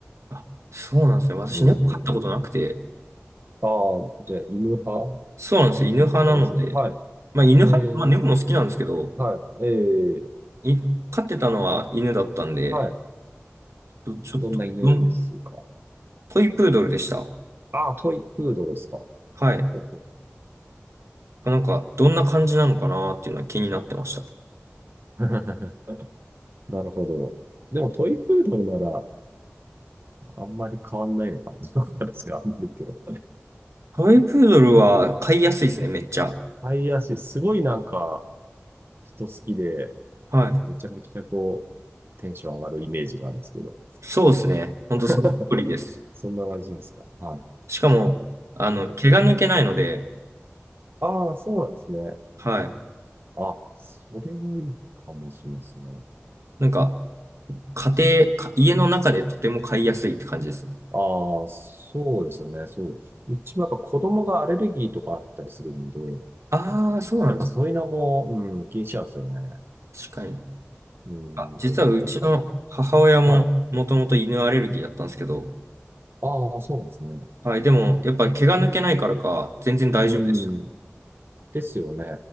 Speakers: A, on the right; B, on the right.
A: あ、そうなんですね。私猫飼ったことなくて。
B: うん。ああ、じゃあ、犬派
A: そうなんですよ。犬派なので。
B: なりますよ。はい。
A: まあ犬派、
B: えー、
A: まあ猫も好きなんですけど、
B: はい。えー、
A: い、飼ってたのは犬だったんで、
B: はい。
A: ちょちょっと、
B: どんな犬ですか
A: どん、トイプードルでした。
B: ああ、トイプードルですか。
A: はい。
B: ほほ
A: なんか、どんな感じなのかなっていうのは気になってました。
B: <laughs> なるほど。でもトイプードルなら、あんまり変わんないのかな。<laughs> どうなんですか、あんまりけど。
A: トイプードルは飼いやすいですね、めっちゃ。
B: タイヤし、すごいなんか人好きで、
A: はい。
B: めちゃめちゃこう、テンション上がるイメージがあるんですけど。
A: そうですね。ほんとそっくりです。
B: <laughs> そんな感じですか。はい。
A: しかも、あの、
B: うん、
A: 毛が抜けないので、
B: ああ、そうなんですね。
A: はい。
B: あ、それがいいかもしれないですね。
A: なんか、家庭、か家の中でとても買いやすいって感じですね。
B: ああ、そうですよね。そう。うちもやっぱ子供がアレルギーとかあったりするんで、
A: ああ、そうなんで
B: やっぱそういうのも、うん、気にしちゃうんですよね。
A: す。確かに。
B: うん。
A: あ、実はうちの母親ももともと犬アレルギーだったんですけど、
B: やっぱ、はい。ああ、そうなんですね。
A: はい、でもやっぱ毛が抜けないからか、全然大丈夫でした。
B: うん。ですよね。